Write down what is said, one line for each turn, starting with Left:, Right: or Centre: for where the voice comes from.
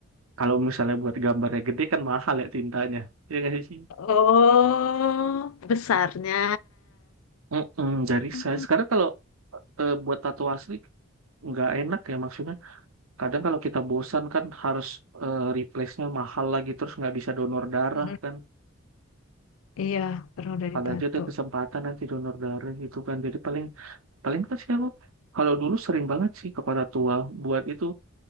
Right: Kalau misalnya buat gambarnya gede kan mahal ya tintanya. Ya nggak sih?
Left: Oh, besarnya.
Right: Mm-mm, dari
Left: Mhm.
Right: saya sekarang kalau eh, buat tato asli nggak enak ya maksudnya. Kadang kalau kita bosan kan harus eh, replace-nya mahal lagi terus nggak bisa donor darah
Left: Mhm.
Right: kan.
Left: Iya, pernah dari
Right: Kalau
Left: tato
Right: aja ada kesempatan nanti donor darah gitu kan. Jadi paling paling pas sih aku kalau dulu sering banget sih ke Kota Tua buat itu